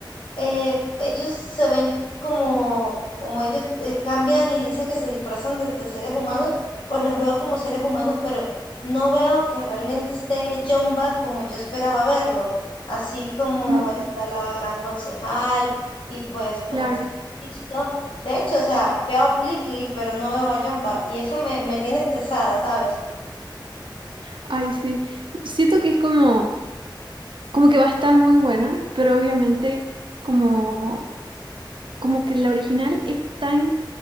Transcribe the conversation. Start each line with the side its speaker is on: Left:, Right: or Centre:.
Left: eh, ellos se ven como, como ellos eh, cambian y dicen que se disfrazan de, de seres humanos, pues los veo como seres humanos, pero no veo que realmente esté Jumba como yo esperaba verlo, así como
Right: Mm,
Left: está la gran concejal y pues como
Right: claro.
Left: está Peach y todo. De hecho, o sea, veo a Plickly, pero no veo a Jumba y eso me, me tiene estresada, ¿sabes?
Right: Ay, sí. Siento que es como, como que va a estar muy buena, pero obviamente como, como que la original es tan,